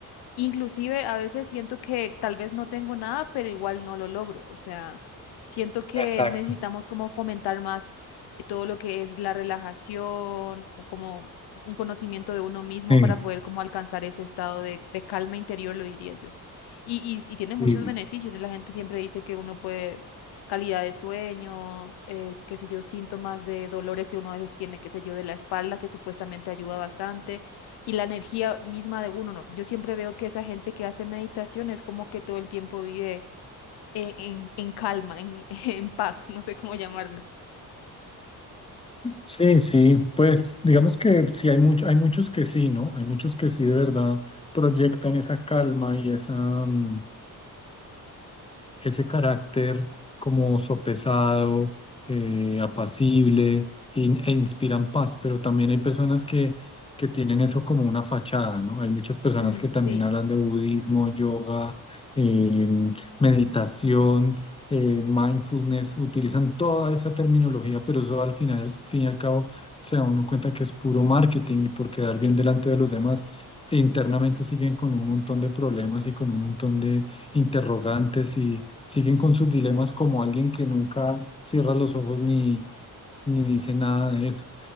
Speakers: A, on the left (about 85°); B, on the left (about 15°).
A: Inclusive a veces siento que tal vez no tengo nada, pero igual no lo logro. O sea, siento que
B: exacto.
A: necesitamos como fomentar más eh, todo lo que es la relajación o como un conocimiento de uno mismo
B: Sí,
A: para poder como alcanzar ese estado de, de calma interior, lo diría yo. Y, y, y tiene muchos
B: sí,
A: beneficios. La gente siempre dice que uno puede calidad de sueño, eh, qué sé yo, síntomas de dolores que uno a veces tiene, qué sé yo, de la espalda, que supuestamente ayuda bastante y la energía misma de uno, ¿no? Yo siempre veo que esa gente que hace meditación es como que todo el tiempo vive en, en, en calma, en, <laughs> en paz, no sé cómo llamarlo.
B: sí, sí, pues digamos que sí, hay much- hay muchos que sí, ¿no? Hay muchos que sí de verdad proyectan esa calma y esa, mm, ese carácter como sopesado, eh, apacible in- e inspiran paz, pero también hay personas que, que tienen eso como una fachada, ¿no? Hay muchas personas
A: Mm,
B: que también
A: sí,
B: hablan de budismo, yoga, eh, meditación, eh, mindfulness, utilizan toda esa terminología, pero eso al final, al fin y al cabo, se da uno cuenta que es puro marketing y por quedar bien
A: exacto,
B: delante de los demás. Internamente siguen con un montón de problemas y con un montón de, interrogantes y siguen con sus dilemas como alguien que nunca cierra los ojos ni, ni dice nada de eso.